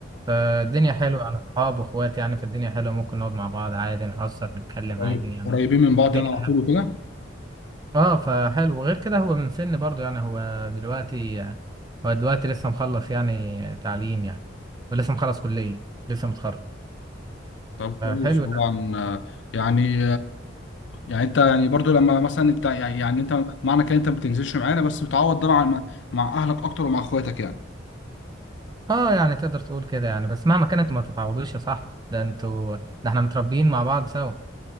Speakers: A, on the right; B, on the left.
A: فالدنيا حلوة أنا أصحاب وأخوات يعني فالدنيا حلوة ممكن نقعد مع بعض عادي نهزر نتكلم
B: قريب-
A: عادي يعني
B: قريبين من بعض
A: الدنيا
B: يعني على طول وكده
A: اه فحلو وغير كده هو من سن برضو يعني هو دلوقتي هو دلوقتي لسه مخلص يعني تعليم يعني ولسه مخلص كلية لسه متخرج
B: طب كويس
A: فحلو
B: والله
A: يعني
B: عن يعني يعني انت يعني برضو لما مثلا انت يعني يعني انت معنى كده انت ما بتنزلش معانا بس بتعوض ده مع مع اهلك اكتر ومع اخواتك يعني
A: اه يعني تقدر تقول كده يعني بس مهما كانت ما تتعوضوش يا صاحبي ده انتوا ده احنا متربيين مع بعض سوا